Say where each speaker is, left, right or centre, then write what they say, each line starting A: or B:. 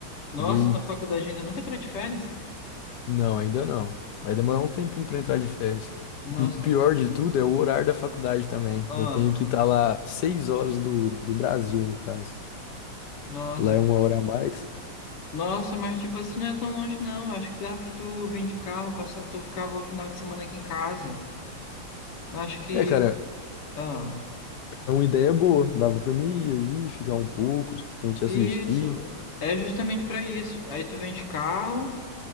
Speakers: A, on the left; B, on the left.
A: nossa,
B: E daí.
A: tua faculdade ainda nunca entrou de férias?
B: Não, ainda não. Vai demorar um tempinho pra entrar de férias.
A: Nossa,
B: E o pior de tudo é o horário da faculdade também.
A: ah,
B: Eu tenho que estar lá seis horas do, do Brasil, no caso.
A: nossa,
B: Lá é
A: cara.
B: uma hora a mais.
A: nossa, mas tipo assim, não é tão longe não. Acho que dava pra tu vir de carro, passar, tu ficava o final de semana aqui em casa. Acho que.
B: É, cara,
A: Ah.
B: é uma ideia boa. Dava pra mim ir aí, ficar um pouco, a gente
A: Isso,
B: assistir.
A: é justamente para isso. Aí tu vem de carro,